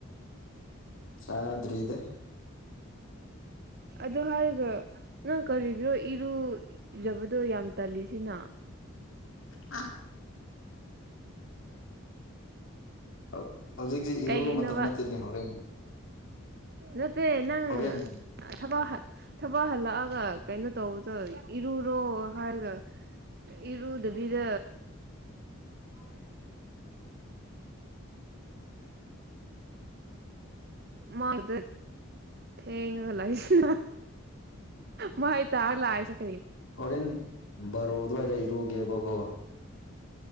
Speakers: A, on the left; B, on the right.
A: ꯆꯗ꯭ꯔꯔꯤ ꯏꯗ
B: ꯑ ꯍꯥꯏꯔꯒ ꯅꯪ ꯀꯔꯤꯒꯤꯔꯣ ꯏꯔꯨꯖꯕꯗꯣ ꯌꯥꯝ ꯇꯜꯂꯤꯁꯤꯅ
A: ꯍꯥ ꯍꯥ ꯍꯧꯖꯤꯛꯖꯦ ꯏꯔꯨꯕ
B: ꯀꯩꯒꯤꯅꯣꯕ
A: ꯃꯇꯝ ꯅꯠꯇꯦꯅꯦ ꯍꯧꯔꯦꯟ
B: ꯅꯠꯇꯦ ꯅꯪ
A: ꯍꯣꯔꯦꯟ
B: ꯊꯕꯛ ꯍ ꯊꯕꯛ ꯍꯜꯂꯛꯑꯒ ꯀꯩꯅꯣ ꯇꯧꯕ ꯏꯔꯨꯔꯣ ꯍꯥꯏꯔꯒ ꯏꯔꯨꯗꯕꯤꯗ
A: <unintelligible>
B: ꯃꯥꯏꯗ ꯊꯦꯡꯉꯒ ꯂꯩꯁꯤꯅ ꯃꯥꯥꯏ ꯇꯥꯔ ꯂꯥꯛꯏꯁꯦ ꯀꯔꯤ
A: ꯍꯣꯔꯦꯟ ꯕꯥꯔꯣ ꯑꯗꯨꯋꯥꯏꯗ ꯏꯔꯨꯒꯦꯕꯀꯣ